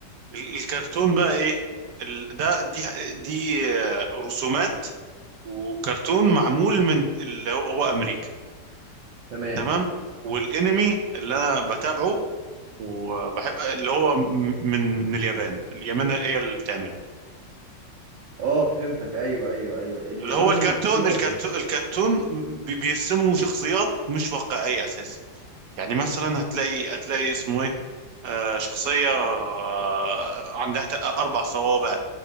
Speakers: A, on the right; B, on the right.
A: ال- الكرتون بقى ايه ال- ده دي دي آه، رسومات وكرتون معمول من اللي هو امريكا
B: تمام
A: تمام والانمي اللي انا بتابعه وبحب اللي هو م- من من اليابان اليابان هي اللي بتعمله
B: اه فهمتك ايوه ايوه ايوه اليابان
A: اللي هو الكرتون
B: مشهورة
A: الكرتون
B: في-
A: الكرتون بي- بيرسموا شخصيات مش واقعية اساسا يعني مثلا هتلاقي هتلاقي اسمه ايه آه شخصية آه عندها ت- اربع صوابع